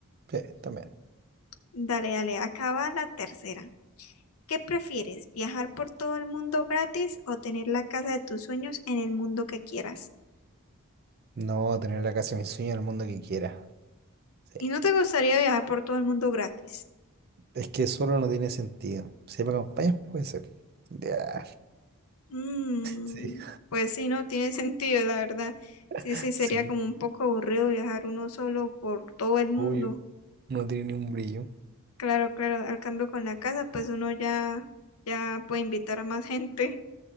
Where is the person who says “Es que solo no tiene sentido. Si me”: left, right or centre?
Right